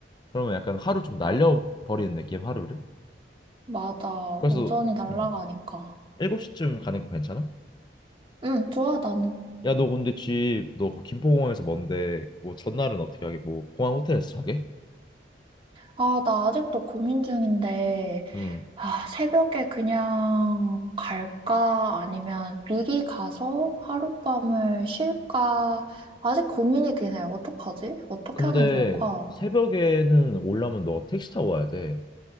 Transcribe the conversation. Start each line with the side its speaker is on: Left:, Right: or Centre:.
Left: 그러면 약간 하루 좀 날려버리는 느낌 하루를.
Right: 맞아.
Left: 그래서
Right: 오전이 날아가니까.
Left: 음, 7시쯤 가는 거 괜찮아?
Right: 응, 좋아, 나는.
Left: 야, 너 근데 집 너 김포공항에서 먼데 뭐 전날은 어떻게 하게? 뭐 공항 호텔에서 자게?
Right: 아, 나 아직도 고민 중인데,
Left: 응.
Right: 아, 새벽에 그냥 갈까? 아니면 미리 가서 하룻밤을 쉴까? 아직 고민이긴 해. 어떡하지? 어떻게
Left: 근데
Right: 하는 게 좋을까?
Left: 새벽에는 올라면 너가 택시 타고 와야 돼.